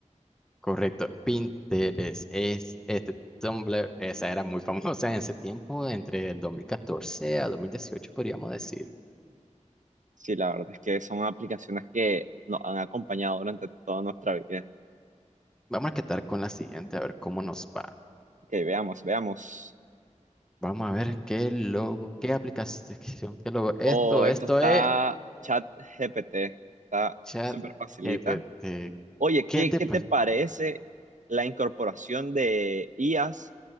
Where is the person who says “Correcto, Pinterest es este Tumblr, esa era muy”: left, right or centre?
Centre